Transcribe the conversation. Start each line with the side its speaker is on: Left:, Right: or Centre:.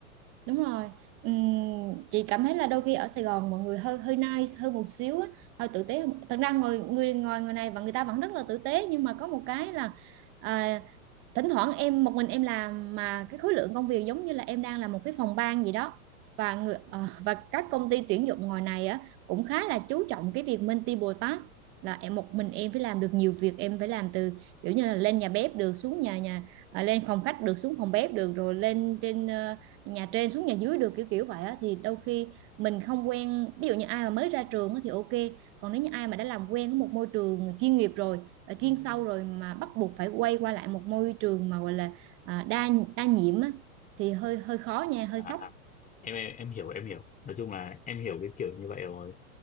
Right: Đúng rồi. Ừm, chị cảm thấy là đôi khi ở Sài Gòn mọi người hơi hơi nice hơn một xíu á, hơi tử tế hơn. Thật ra người người ngồi người này và người ta vẫn rất là tử tế nhưng mà có một cái là à, thỉnh thoảng em một mình em làm mà cái khối lượng công việc giống như là em đang làm một cái phòng ban gì đó và người ờ, và các công ty tuyển dụng ngoài này á cũng khá là chú trọng cái việc multiple task là em một mình em phải làm được nhiều việc em phải làm từ kiểu như là lên nhà bếp được xuống nhà nhà à, lên phòng khách được xuống phòng bếp được rồi lên trên ờ, nhà trên xuống nhà dưới được kiểu kiểu vậy á thì đôi khi mình không quen ví dụ như ai mà mới ra trường á thì ok còn nếu như ai mà đã làm quen với một môi trường chuyên nghiệp rồi ờ, chuyên sâu rồi mà bắt buộc phải quay qua lại một môi trường mà gọi là à, đa đa nhiệm á thì hơi hơi khó nha hơi
Left: à,
Right: sốc
Left: à, em, em em hiểu em hiểu nói chung là em hiểu cái kiểu như vậy rồi